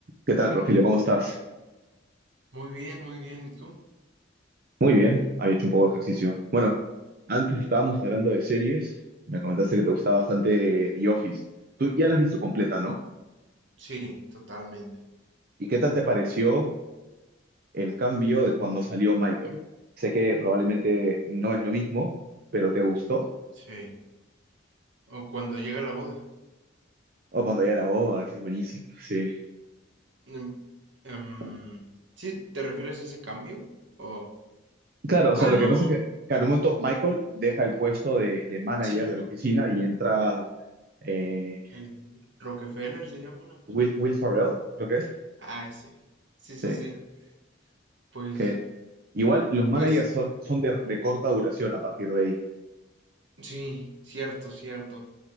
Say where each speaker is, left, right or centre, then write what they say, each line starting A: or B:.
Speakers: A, on the right; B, on the right.
A: ¿Qué tal, Rogelio? ¿Cómo estás?
B: Muy bien, muy bien. ¿Y tú?
A: Muy bien, había hecho un poco de ejercicio. Bueno, antes estábamos hablando de series, me comentaste que te gustaba bastante The Office. Tú ya la has visto completa, ¿no?
B: Sí, totalmente.
A: ¿Y qué tal te pareció el cambio de cuando salió Michael? Sé que probablemente no es lo mismo, pero ¿te gustó?
B: Sí. O cuando llega la boda.
A: O cuando ya la boda, ese es buenísimo, sí.
B: Em, em, sí, ¿te refieres a ese cambio? O...
A: Claro, o
B: Ah,
A: sea, lo
B: no.
A: que pasa es que, claro, un momento Michael deja el puesto de, de manager
B: Sí,
A: de la oficina y entra eh,
B: el Rockefeller se llama una cosa
A: Will,
B: así.
A: Will Ferrell, creo que es.
B: Ah, ese. Sí, sí,
A: Sí.
B: sí. Pues,
A: Que igual los managers
B: pues,
A: son, son de, de corta duración a partir de ahí.
B: sí, cierto, cierto.